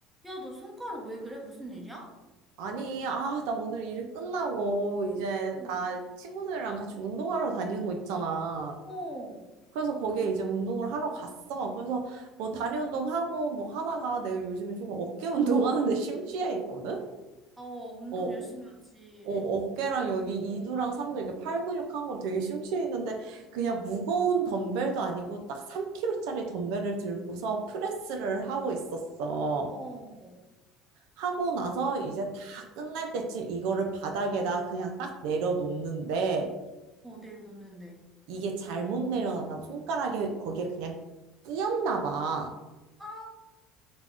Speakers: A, in the centre; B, on the right.
A: 야, 너 손가락 왜 그래? 무슨 일이야?
B: 아니, 아, 나 오늘 일 끝나고 이제
A: 어,
B: 나 친구들이랑 같이 운동하러 다니는 거 있잖아.
A: 어,
B: 그래서 거기에 이제 운동을 하러 갔어. 그래서 뭐
A: 어,
B: 다리 운동하고 뭐 하다가 내가 요즘에 조금 어깨 운동하는데 <laughs> 심취해 있거든?
A: 어, 운동
B: 어.
A: 열심히 하지.
B: 어, 어깨랑 여기
A: 응
B: 이두랑 삼두 이렇게 팔 근육 한거 되게 심취해 있는데 그냥 무거운 덤벨도 아니고 딱 3kg짜리 덤벨을 들고서 프레스를 하고 있었어.
A: 어,
B: 하고 나서 이제 다 끝날 때쯤 이거를 바닥에다 그냥 딱 내려놓는데
A: 어, 내려놓는데.
B: 이게 잘못 내려놨나 봐. 손가락에 거기에 그냥 끼었나 봐.
A: 아,